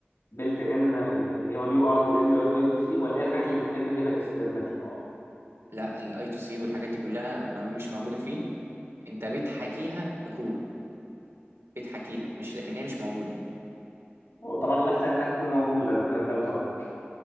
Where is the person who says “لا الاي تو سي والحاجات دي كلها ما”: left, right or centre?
Right